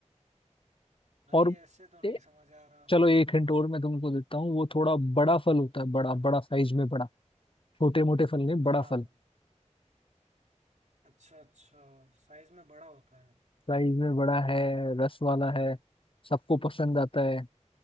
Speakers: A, on the right; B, on the left.
A: भाई
B: और
A: ऐसे तो नहीं
B: ए-
A: समझ आ रहा
B: चलो एक हिंट और मैं तुमको देता हूँ वो थोड़ा बड़ा फल होता है बड़ा बड़ा साइज में बड़ा छोटे मोटे फल नहीं
A: हाँ
B: बड़ा फल
A: अच्छा अच्छा साइज में बड़ा होता है
B: साइज में बड़ा है रस वाला है सबको पसंद आता है